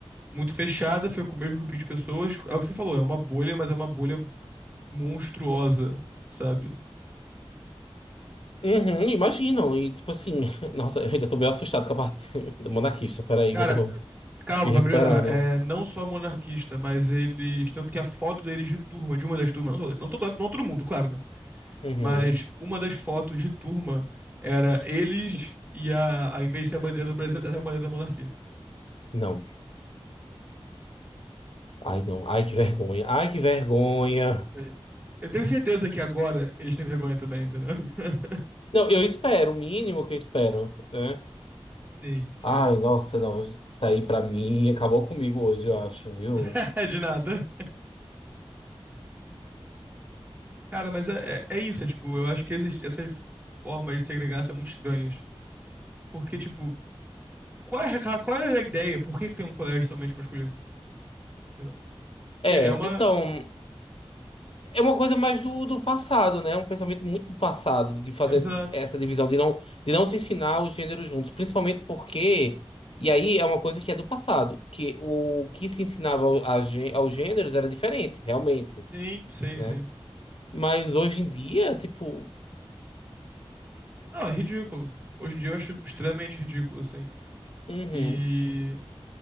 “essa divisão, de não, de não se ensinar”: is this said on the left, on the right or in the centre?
Left